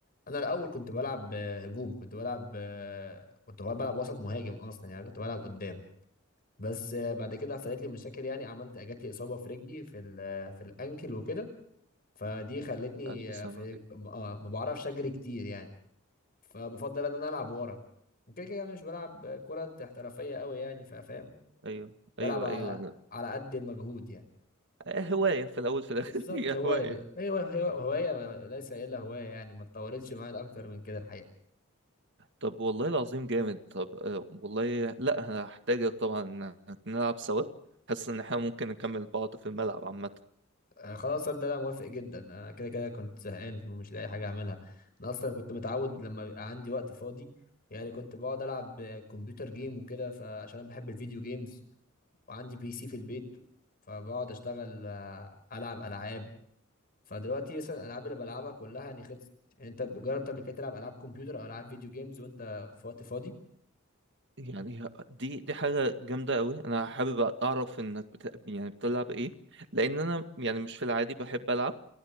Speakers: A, on the left; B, on the right.
A: انا الاول كنت بلعب آه، هجوم كنت بلعب آه، كنت هو بلعب وسط مهاجم اصلا يعني كنت بلعب قدام بس آه، بعد كده حصلت لي مشاكل يعني عملت جات لي اصابه في رجلي في ال- آه، في الانكل وكده فدي خلتني
B: ألف
A: آه،
B: سلام
A: في
B: عليكم
A: آه، ما بعرفش اجري كتير يعني فبفضل ان انا العب ورا وكده كده أنا مش بلعب كره احترافيه قوي يعني فاهم
B: ايوه
A: بلعب
B: ايوه
A: على
B: ايوه أنا-
A: على قد المجهود يعني
B: هواية في الاول في الاخر
A: بالظبط
B: <laughs> هي
A: هوايه
B: هواية
A: هي هوايه هواية ليس الا هوايه يعني ما اتطورتش معايا اكتر من كده الحقيقه
B: طب والله العظيم جامد طب آه، والله لا هحتاجك طبعا إن نلعب سوا حاسس ان احنا ممكن نكمل بعض في الملعب عامة
A: آه، خلاص صدق انا موافق جدا انا كده كده كنت زهقان ومش لاقي حاجه اعملها انا اصلا كنت متعود لما بيبقى عندي وقت فاضي يعني كنت بقعد العب آه، كمبيوتر جيم وكده فعشان انا بحب الفيديو جيمز وعندي بي سي في البيت فبقعد اشتغل آه، العب العاب فدلوقتي مثلا الالعاب اللي بلعبها كلها يعني خلصت يعني انت جربت قبل كده تلعب العاب كمبيوتر او العاب فيديو جيمز وانت في وقت فاضي
B: يعني دي دي حاجة جامدة قوي انا حابب اعرف انك بت... يعني بتلعب ايه لان انا يعني مش في العادي بحب العب